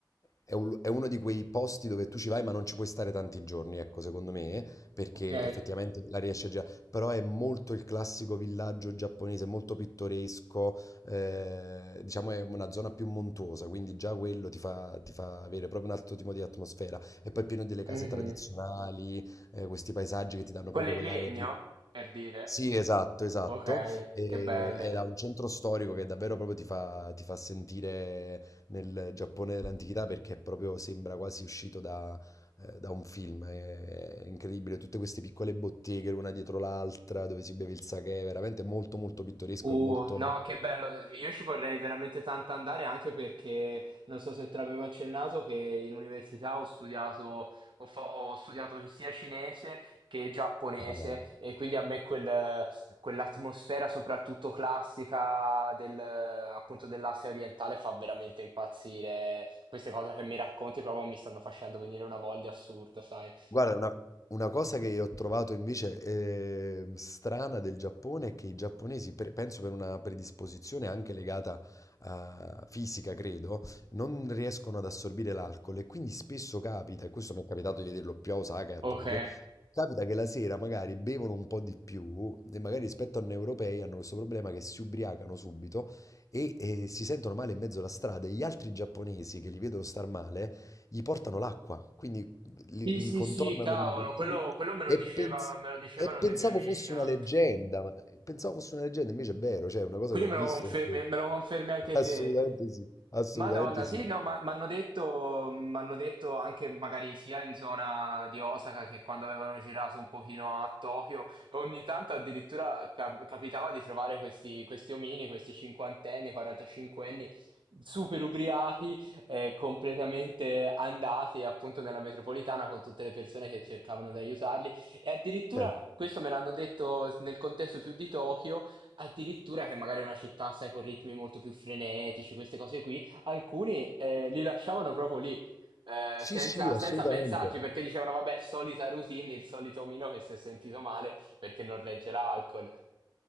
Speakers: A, on the left; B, on the right.
A: è un- è uno di quei posti dove tu ci vai ma non ci puoi stare tanti giorni, ecco, secondo me, perché
B: Ok.
A: effettivamente la riesci a girare, però è molto il classico villaggio giapponese, molto pittoresco, eh, diciamo è una zona più montuosa, quindi già quello ti fa, ti fa avere proprio un altro tipo di atmosfera e poi è pieno delle case
B: Mhm.
A: tradizionali, eh, questi paesaggi che ti danno
B: Quello
A: proprio
B: è in
A: quell'area
B: legno,
A: di...
B: per dire.
A: Sì, esatto, esatto.
B: Ok,
A: E,
B: che bello.
A: ed ha un centro storico che davvero proprio ti fa, ti fa sentire nel Giappone dell'antichità perché proprio sembra quasi uscito da, eh, da un film. È, è incredibile, tutte queste piccole botteghe l'una dietro l'altra dove si beve il sake, veramente molto molto pittoresco
B: Uh,
A: e molto...
B: no, che bello, io ci vorrei veramente tanto andare anche perché non so se te l'avevo accennato che in università ho studiato, ho, fa- ho studiato sia cinese che giapponese
A: eh,
B: e quindi a me quel- quell'atmosfera soprattutto classica del, appunto dell'Asia orientale fa veramente impazzire. Queste cose che mi racconti proprio mi stanno facendo venire una voglia assurda, sai?
A: Guarda, una, una cosa che ho trovato invece ehm, strana del Giappone è che i giapponesi, per- penso per una predisposizione anche legata a fisica, credo, non riescono ad assorbire l'alcol e quindi spesso capita, e questo mi è capitato di vederlo più a Osaka e a
B: Ok.
A: Tokyo, capita che la sera magari bevono un po' di più e magari rispetto a noi europei hanno questo problema che si ubriacano subito e, eh, si sentono male in mezzo alla strada e gli altri giapponesi che li vedono star male gli portano l'acqua. Quindi li,
B: Sì,
A: li
B: sì,
A: contornano
B: sì, cavolo,
A: di bottiglie
B: quello, quello me lo
A: e,
B: diceva,
A: pens-
B: me lo dicevano
A: e pensavo
B: dei miei amici
A: fosse
B: anche.
A: una leggenda, ma pensavo fosse una leggenda, invece è vero, cioè è una cosa
B: Quindi
A: che ho
B: me
A: visto.
B: lo confermi,
A: e che-
B: me lo confermi anche
A: Assolutamente
B: te.
A: sì, assolutamente
B: Madonna,
A: sì.
B: sì, no, ma mi hanno detto, m'hanno detto anche magari sia in zona di Osaka che quando avevano girato un pochino a Tokyo, ogni tanto addirittura cap- capitava di trovare questi, questi omini, questi cinquantenni, quarantacinquenni, super ubriachi, eh, completamente andati appunto nella metropolitana con tutte le persone che cercavano di aiutarli. E addirittura
A: Cioè,
B: questo me l'hanno detto nel contesto più di Tokyo Addirittura che magari è una città, sai, con ritmi molto più frenetici, queste cose qui, alcuni eh, li lasciavano proprio lì, eh,
A: sì,
B: senza,
A: sì,
B: senza
A: assolutamente.
B: pensarci, perché dicevano, vabbè, solita routine, il solito omino che si è sentito male perché non regge l'alcol.